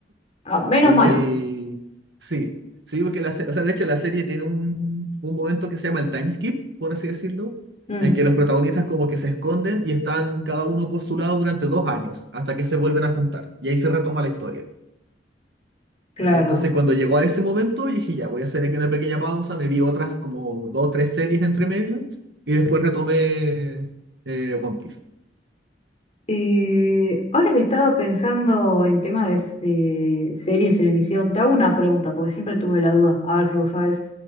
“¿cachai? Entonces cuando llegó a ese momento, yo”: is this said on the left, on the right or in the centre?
Right